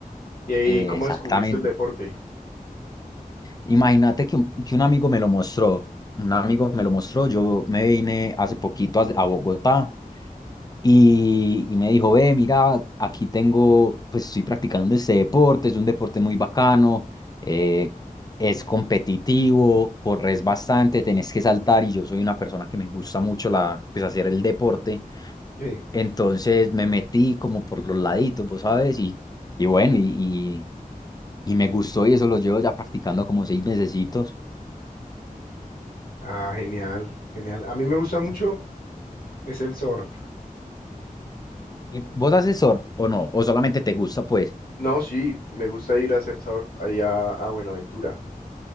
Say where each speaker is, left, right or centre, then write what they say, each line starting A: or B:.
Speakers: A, on the left; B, on the left.
A: ¿Y ahí
B: Eh,
A: cómo
B: exactamente.
A: descubriste el deporte?
B: Imagínate que un, que un amigo me lo mostró. Un amigo me lo mostró. Yo me vine hace poquito a, a Bogotá y, y me dijo, ve, mira, aquí tengo, pues estoy practicando este deporte, es un deporte muy bacano, eh, es competitivo, corres bastante, tenés que saltar y yo soy una persona que me gusta mucho la, pues hacer el deporte.
A: Sí.
B: Entonces me metí como por los laditos, vos sabes, y, y bueno, y, y, y me gustó y eso lo llevo ya practicando como seis mesecitos.
A: Ah, genial, genial. A mí me gusta mucho
B: Sí.
A: es el surf.
B: ¿Y ¿Vos haces surf o no? ¿O solamente te gusta, pues?
A: No, sí, me gusta ir a hacer surf allá a Buenaventura,